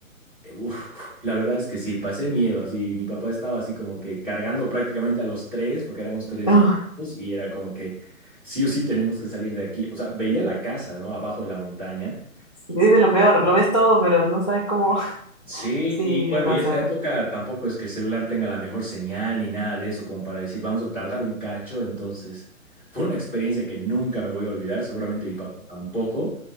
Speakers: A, in the centre; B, on the left.
A: eh, uf, la verdad es que sí, pasé miedo, así mi papá estaba así como que cargando prácticamente a los tres, porque éramos tres
B: <laughs> Uy,
A: hijos, y era como que sí o sí tenemos que salir de aquí, o sea, veía la casa, ¿no? Abajo de la montaña
B: sí, es de lo peor, lo ves todo, pero no sabes cómo. <laughs>
A: Sí,
B: Sí,
A: y bueno,
B: me ha pasado,
A: y esa época tampoco es que el celular tenga la mejor señal ni nada de eso, como para decir, vamos a tardar un cacho, entonces fue una experiencia que nunca me voy a olvidar, seguramente mi papá tampoco,